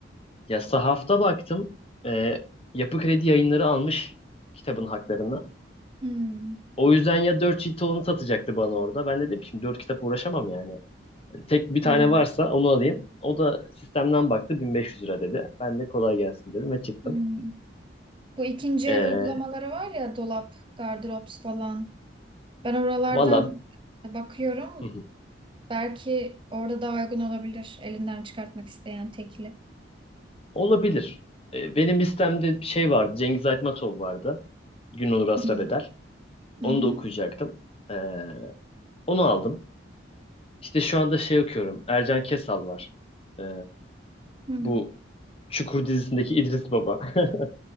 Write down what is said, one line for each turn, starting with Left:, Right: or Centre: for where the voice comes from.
Left: Ya sahafta baktım. Ee, Yapı Kredi yayınları almış kitabın haklarını.
Right: Hmm.
Left: O yüzden ya 4 cilt olanı satacaktı bana orada. Ben de dedim ki şimdi 4 kitap uğraşamam yani. Tek bir tane
Right: Hmm.
Left: varsa onu alayım. O da sistemden baktı 1500 lira dedi. Ben de kolay gelsin dedim ve çıktım.
Right: Hmm. Bu ikinci
Left: Ee,
Right: el uygulamaları var ya dolap, gardırop falan. Ben oralardan
Left: valla
Right: bakıyorum.
Left: <laughs>
Right: Belki orada daha uygun olabilir elinden çıkartmak isteyen tekli.
Left: Olabilir. E, benim listemde bir şey vardı. Cengiz Aytmatov vardı. Günolur Asra
Right: Hmm.
Left: Bedel. Onu
Right: Hı hı.
Left: da okuyacaktım. E, onu aldım. İşte şu anda şey okuyorum. Ercan Kesal var. E,
Right: Hmm.
Left: bu Çukur dizisindeki İdris Baba. <laughs>